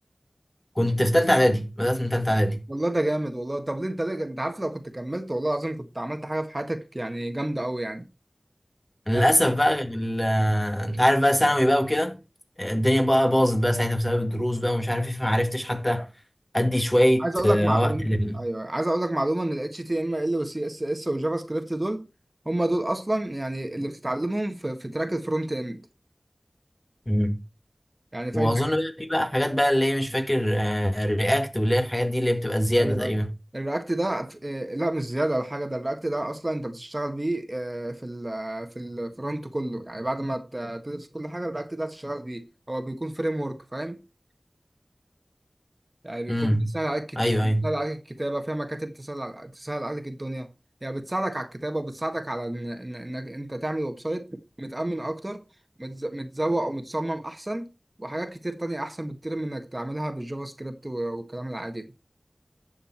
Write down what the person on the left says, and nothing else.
كنت في تالتة اعدادي بدأت من تالتة اعدادي
للاسف
بقى ال- آه، انت عارف بقى ثانوي بقى وكده الدنيا بقى باظت بقى ساعتها بسبب الدروس بقى ومش عارف ايه فما عرفتش حتى ادي شوية
آه،
وقت لل
مم.
واظن بقى في بقى حاجات بقى اللي هي مش فاكر رياكت واللي هي الحاجات دي اللي بتبقى زيادة
تقريبا
امم
ايوه
ايوه